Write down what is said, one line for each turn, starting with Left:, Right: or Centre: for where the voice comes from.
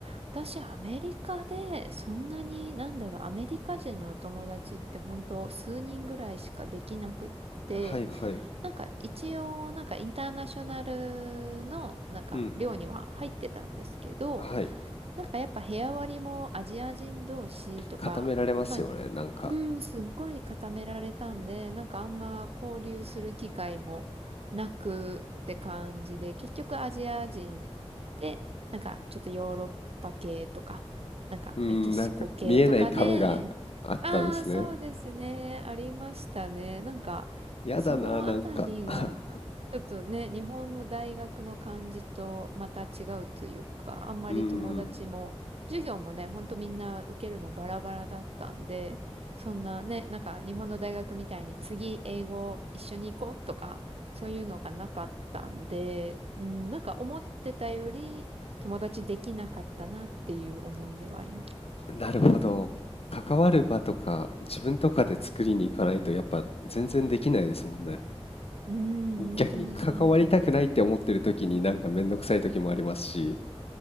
Right: 私アメリカでそんなになんだろう、アメリカ人のお友達って本当数人ぐらいしかできなくって、
Left: はいはい。
Right: なんか一応、なんかインターナショナルの、なんか寮には入ってたんですけど、
Left: うんうん。はい。
Right: なんかやっぱ部屋割りもアジア人同士とか、
Left: 固められますよね、
Right: まあ
Left: なんか。
Right: うん、すっごい固められたんで、なんかあんま交流する機会もなくって感じで、結局アジア人で、なんかちょっとヨーロッパ系とか、なんかメキシコ系とかで、
Left: うーん、なんか見えない壁があったんですね。
Right: ああ、そうですね、ありましたね。なんか、
Left: やだな、
Right: そのあたりが、
Left: なんか <laughs>。
Right: ちょっとね、日本の大学の感じとまた違うというか、あんまり友達も、
Left: うーん。
Right: 授業もね、ほんとみんな受けるのバラバラだったんで、そんなね、なんか日本の大学みたいに次英語一緒に行こうとか、そういうのがなかったんで、うん、なんか思ってたより友達できなかったなっていう思い出はあります。
Left: なるほど。関わる場とか自分とかで作りに行かないとやっぱ全然できないですもんね。
Right: うん、
Left: 逆に関わりたくないって思ってる時になんかめんどくさい時もありますし、
Right: 本当にその通りで。